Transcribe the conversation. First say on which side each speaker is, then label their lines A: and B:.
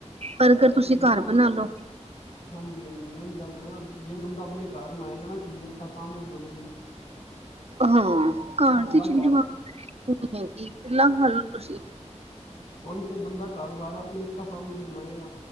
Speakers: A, on the right; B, on the left.
A: ਬਰਗਰ ਤੁਸੀਂ
B: ਹੁਣ
A: ਘੱਰ ਬਣਾ ਲੋ।
B: ਹਾਂਜੀ ਹਾਂਜੀ ਓਹੀ ਗੱਲ ਏ ਨਾ ਜੇ ਬੰਦਾ ਅਪਣੇ ਘਰ ਬਣਾਏਗਾ ਨਾ ਚੀਜ਼ ਅੱਖਾਂ ਸਾਹਮਣੇ ਤੇ ਬਣੇਗੀ।
A: ਹਾਂ ਘੱਰ
B: ਬੰਦਾ
A: ਦੀ ਚੀਜ਼
B: ਘਰ
A: ਵਾਂਗ <inaudible> ਹੈਗੀ‌ ਕਿੰਨਾ ਖਾਲੋ ਤੁਸੀਂ।
B: ਓਹੀ ਤੇ ਬੰਦਾ ਘਰ ਸਾਰੇ ਆਪਣੇ ਅੱਖਾਂ ਸਾਹਮਣੇ ਤੇ ਬਣਾਏਗਾ